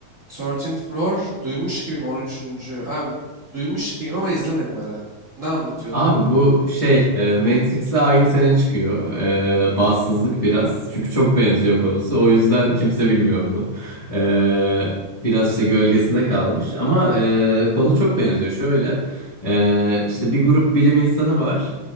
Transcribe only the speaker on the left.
Abi bu şey e, Matrix'le aynı sene çıkıyor. E, bahtsızlık biraz. Çünkü çok benziyor konusu. O yüzden kimse bilmiyor bunu. E, biraz işte gölgesinde kalmış. Ama e, konu çok benziyor. Şöyle e, işte bir grup bilim insanı var.